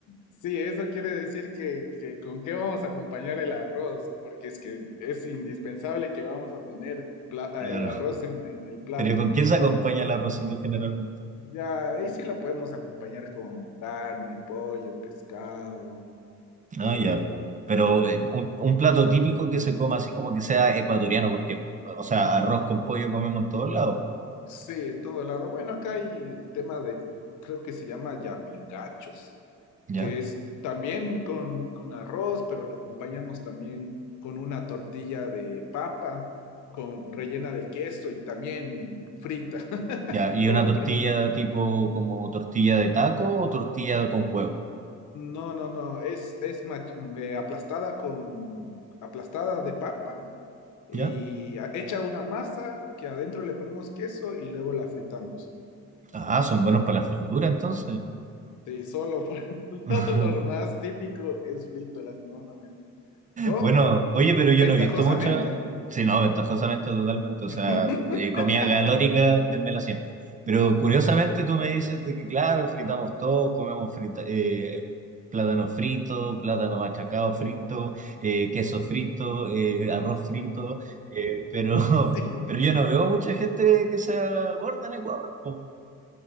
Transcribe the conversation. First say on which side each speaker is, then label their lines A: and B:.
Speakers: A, on the left (about 75°); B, on the right (about 25°).
A: Sí, eso quiere decir que, que con qué vamos a acompañar el arroz, porque es que es indispensable que vamos a tener pla-
B: Claro.
A: el arroz en, la- en el plato.
B: ¿Pero con qué se
A: An-
B: acompaña el arrocito generalmente?
A: Ya, ahí sí lo podemos acompañar con carne, pollo, pescado,
B: Ah,
A: eh,
B: ya. Pero eh, un, un plato típico que se coma así como que sea ecuatoriano, porque, o sea, arroz con pollo comemos en todos lados,
A: Sí, todo lado. Bueno, acá hay el tema de, creo que se llama yapingachos,
B: ¿ya?
A: que es también con, con arroz, pero lo acompañamos también con una tortilla de papa, con rellena de queso y también frita, <laughs>
B: Ya, y
A: todo
B: una tortilla
A: frito.
B: tipo como tortilla de taco o tortilla con huevo,
A: No, no, no, es, es mach- eh, aplastada con, aplastada de papa y
B: ¿ya?
A: a- hecha una masa que adentro le ponemos queso y luego la fritamos.
B: Ah, son buenos para la fritura entonces.
A: Sí, solo <laughs>
B: <laughs>
A: todo lo más típico es frito, lastimosamente. O
B: Bueno, oye, pero yo
A: ventajosamente.
B: no he visto mucha. Sí, no, ventajosamente, totalmente.
A: <laughs>
B: O sea, eh, comida calórica, dénmela siempre. Pero curiosamente tú me dices de que, claro, fritamos todo, comemos frita, eh, plátano frito, plátano machacado frito,
A: Sí.
B: eh, queso frito, eh, arroz frito. eh, pero,
A: Sí.
B: <laughs> pero yo no veo mucha gente que sea gorda en Ecuador, po.